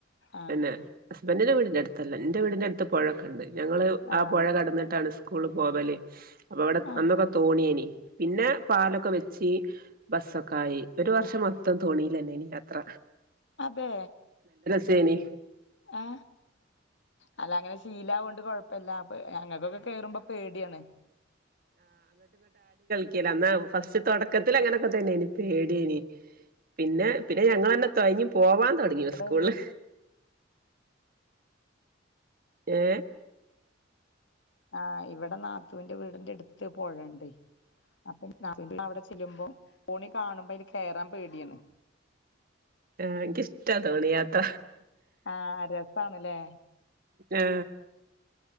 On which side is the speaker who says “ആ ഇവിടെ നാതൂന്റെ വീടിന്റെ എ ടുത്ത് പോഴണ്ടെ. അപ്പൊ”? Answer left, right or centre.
Left